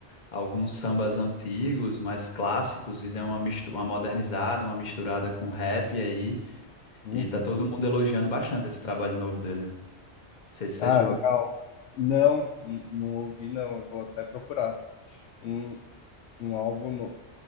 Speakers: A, on the left (about 45°); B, on the left (about 85°).
A: alguns sambas antigos, mais clássicos, e deu uma, mistu- uma modernizada, uma misturada com rap aí.
B: uhum.
A: E tá todo mundo elogiando bastante esse trabalho novo dele. Não sei se você
B: Ah,
A: já.
B: legal. Não, n- não ouvi, não. Eu vou até procurar. Um, um álbum no-